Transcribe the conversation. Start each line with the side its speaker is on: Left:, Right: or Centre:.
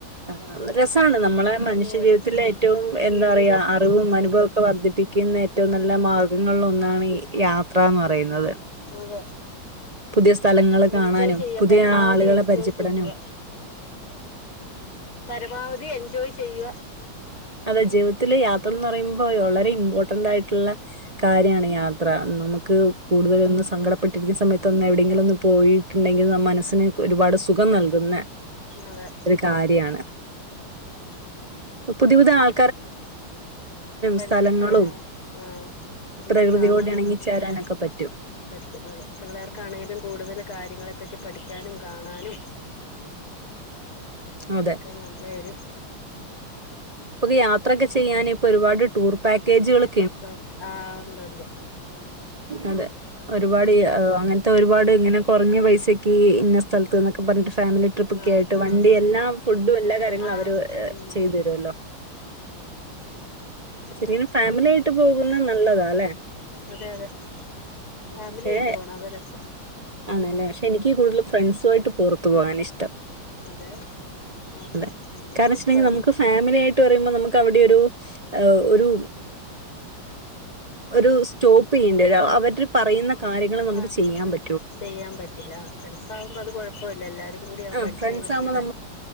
Right: ആ രസാണ് നമ്മളെ മന്ഷ്യ
Left: ഓ അടി
Right: ജീവിതത്തിലെ ഏറ്റവും
Left: ജീവിതം
Right: എന്താപറയുക അറിവും
Left: ഉം
Right: അനുഭക്കെ വർദ്ധിപ്പിക്കുന്ന ഏറ്റവും നല്ല മാർഗ ങ്ങൾ ഒന്നാണ് യാത്രാന്ന് പറയുന്നത്.
Left: അതെ
Right: പുതിയ സ്ഥലങ്ങള് കാണാനും
Left: എൻജോയ് ചെയ്യ
Right: പുതിയ
Left: പരമാവധി
Right: ആളുകളെ
Left: എൻജോയ്
Right: പരിചയപ്പെടാനും
Left: ചെയ്യുക പരമാവധി എൻജോയ് ചെയ്യുവ
Right: അതെ ജീവിത്തില് യാത്രന്ന പറയുമ്പം വളരെ ഇമ്പോർട്ടന്റായിട്ടുള്ള കാര്യാണ് യാത്ര നമു ക്ക് കൂടുതലൊന്ന് സങ്കടം പെട്ടിരിക്കുന്ന സമയത്ത് ഒന്ന് എവിടെയങ്കിലുവോന്നു പോയിട്ടുണ്ടെങ്കിൽ ന മ്മനസ്സിന് ഒരുപാട് സുഖം നൽ കുന്ന
Left: അതെ
Right: ഒരു കാര്യാണ്. പുതിയ പുതിയ ആൾ
Left: പരിചയപെ
Right: സ്ഥലങ്ങളും
Left: അ ആ എല്ലാം
Right: പ്രകൃതിയോട്
Left: കാണാൻ
Right: ഇണങ്ങിച്ചേരാനൊക്കെ
Left: നമ്മുക്ക് അതെ
Right: പറ്റും.
Left: പറ്റും അതെ പിള്ളേർക്കാണെലും കൂടുതൽ കാര്യളെ പറ്റി പഠിക്കാനും കാണാനും
Right: അതെ
Left: ഇക്കെ നല്ലെയൊരു
Right: ഇപ്പൊക്കെ യാത്രക്കെ ചെയ്യാന് ഇപ്പ ഒരുപാട് ടൂർ പാക്കേജ്കള്
Left: <unintelligible> ആ ഉണ്ട് ഉണ്ട്
Right: അതെ ഒരുപാട്
Left: ഉം
Right: എ അങ്ങനത്തെ ഒരുപാട് ഇങ്ങനെ കൊറഞ്ഞ പൈസക്ക് ഇന്ന സ്ഥലത്ത്ന്നൊക്കെ പറഞ്ഞിട്ട് ഫാമിലി ട്രിപ്പൊക്കെ
Left: ആഹ്
Right: ആയിട്ട് വണ്ടി
Left: ആഹ്
Right: എല്ലാ ഫുഡും എല്ലാകാര്യങ്ങളും
Left: ആഹ്
Right: അവര്
Left: ഉം
Right: ചെയ്ത് തരുല്ലോ.
Left: അതെ
Right: ചെറിയൊരു ഫാമിലി ആയിട്ട് പോകു ന്ന നല്ലതാല്ലെ?
Left: അതെ അതെ ഫാമിലി
Right: പക്ഷെ
Left: ആയിട്ട് പോണം അത രസം
Right: ആണല്ലേ പക്ഷെ എനിക്ക് കൂടുതല് ഫ്രണ്ട്സുമായിട്ട് പൊറ ത്തു പോകനാ ഇഷ്ടം
Left: അതെ ആഹ്
Right: അതെ
Left: നമുക്ക്
Right: കാരണം വെച്ചിട്ടുണ്ടെങ്കിൽ നമുക്ക് ഫാമിലി ആയിട്ട് പറയുമ്പോൾ നമുക്കവിടെ ഒരു ഒരു ഒരു സ്റ്റോപ്പ് ചെയ്യേണ്ടി വരു അവര് പറയുന്ന കാര്യങ്ങൾ നമുക്ക്
Left: ആഹ്
Right: ചെയ്യാൻ പ
Left: ചെയ്യാൻ പറ്റില്ല ഫ്രണ്ട്സാകുമ്പോ അത് കൊഴപ്പമില്ല എല്ലാരും കൂടി ആവുമ്പം
Right: ആഹ്
Left: അടിച്ചു
Right: ഫ്രണ്ട്സ്
Left: പൊളിക്കൂലേ
Right: ആകുമ്പോ